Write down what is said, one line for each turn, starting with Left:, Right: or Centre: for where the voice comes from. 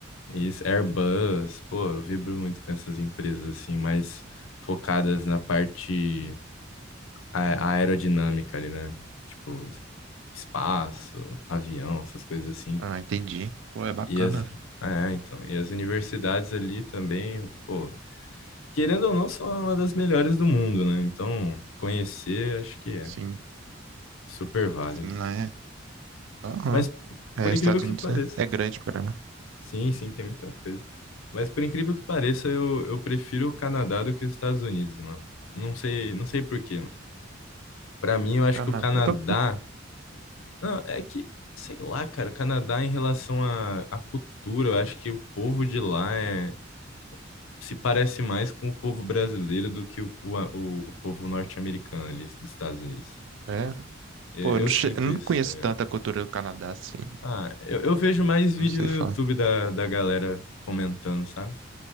Left: isso, Airbus, pô, eu vibro muito com essas empresas, assim, mais focadas na parte a- aerodinâmica ali, né? Tipo, espaço, avião, essas coisas assim.
Right: Ah, entendi. Pô, é bacana.
Left: E as, é, então, e as universidades ali também, pô, querendo ou não, são uma das melhores do mundo, né? Então, conhecer, acho que
Right: Assim,
Left: é super válido.
Right: sim, lá é. Aham.
Left: Mas,
Right: É,
Left: por
Right: Estados
Left: incrível que
Right: Unidos
Left: pareça,
Right: é, é grande, cara.
Left: sim, sim, tem muita coisa. Mas, por incrível que pareça, eu, eu prefiro o Canadá do que os Estados Unidos, mano. Não sei, não sei por quê, mano. Pra mim, eu acho
Right: Canadá.
Left: que o Canadá.
Right: Tá, pô.
Left: Não, é que, sei lá, cara, o Canadá em relação à à cultura, eu acho que o povo de lá é se parece mais com o povo brasileiro do que o, o, o- o povo norte-americano ali dos Estados Unidos.
Right: É.
Left: Eu,
Right: Pô, eu não,
Left: eu
Right: che-
Left: sinto
Right: eu não
Left: isso.
Right: conheço
Left: tá ligado?
Right: tanta cultura do Canadá assim.
Left: Ah, eu, eu vejo mais vídeo
Right: Eu Não sei
Left: no
Right: falar.
Left: YouTube da, da galera comentando, sabe?